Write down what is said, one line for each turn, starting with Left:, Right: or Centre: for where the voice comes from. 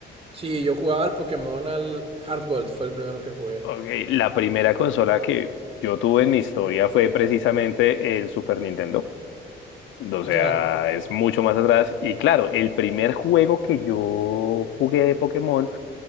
Right: Sí, yo jugaba al Pokémon al Heart Gold, fue el primero que jugué.
Left: Ok, la primera consola que yo tuve en mi historia fue precisamente el Super Nintendo. O
Right: Ya.
Left: sea, es mucho más atrás. Y claro, el primer juego que yo jugué de Pokémon